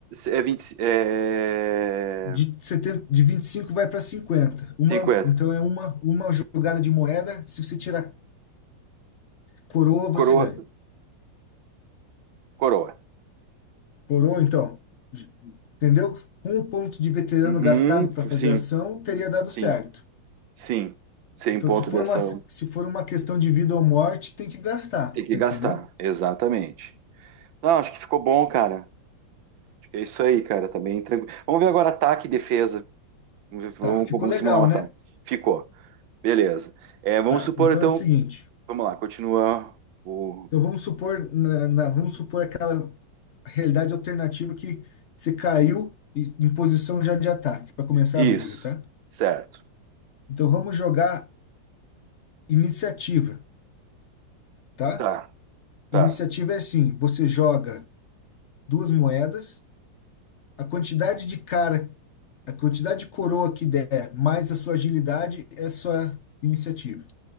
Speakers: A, on the right; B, on the left.
A: é 20, é
B: de setenta de 25 vai para cinquenta Uma,
A: 50.
B: então é uma, uma jogada de moeda, se você tirar coroa,
A: Coroa,
B: você ganha.
A: coroa.
B: Coroa, então, j- entendeu? Um ponto de veterano
A: Uhum,
B: gastado para fazer
A: sim,
B: ação teria dado
A: sim,
B: certo.
A: sim. Sem
B: Então,
A: ponto
B: se for
A: de ação.
B: uma, se for uma questão de vida ou morte, tem que gastar,
A: Tem que
B: tá,
A: gastar,
B: entendeu?
A: exatamente. Não, acho que ficou bom, cara. É isso aí, cara. Tá bem tranquilo. Vamos ver agora ataque e defesa. Vamos, ver- vamos-
B: Tá, ficou
A: vamos
B: legal,
A: simular um ataque.
B: né?
A: Ficou. Beleza. É, vamos
B: Tá,
A: supor,
B: então
A: então.
B: é o seguinte.
A: Vamos lá, continua o.
B: Então vamos supor, na, na- vamos supor aquela realidade alternativa que você caiu e- em posição já de ataque para começar
A: Isso.
B: a briga, tá?
A: Certo.
B: Então vamos jogar iniciativa, tá?
A: Tá, tá,
B: Iniciativa é assim, você joga duas moedas, a quantidade de cara A quantidade de coroa que der, mais a sua agilidade, é sua iniciativa,